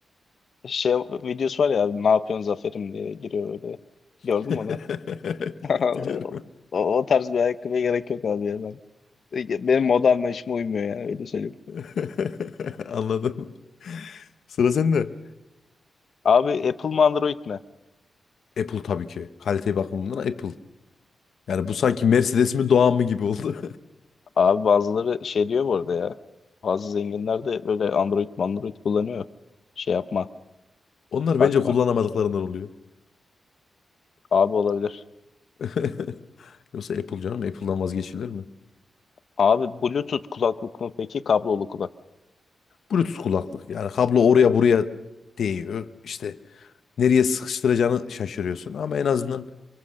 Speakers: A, on the left; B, on the left.
A: Şey videosu var ya abi, ne yapıyorsun Zafer'im diye giriyor öyle. Gördün
B: <laughs>
A: mü onu? <laughs>
B: Biliyorum.
A: O, o tarz bir ayakkabıya gerek yok abi ya ben. Benim moda anlayışıma uymuyor yani öyle söyleyeyim.
B: <laughs> Anladım. Sıra sende.
A: Abi Apple mı Android mi?
B: Apple tabii ki. Kalite bakımından Apple. Yani bu sanki Mercedes mi Doğan mı gibi oldu.
A: Abi bazıları şey diyor bu arada ya. Bazı zenginler de böyle Android Android kullanıyor. Şey yapma.
B: <laughs> Onlar
A: Bakma.
B: bence kullanamadıklarından oluyor.
A: Abi olabilir.
B: <laughs> Yoksa Apple canım Apple'dan vazgeçilir mi?
A: Abi Bluetooth kulaklık mı peki? Kablolu kulak.
B: Bluetooth kulaklık. Yani kablo oraya buraya değiyor. İşte nereye sıkıştıracağını şaşırıyorsun. Ama en azından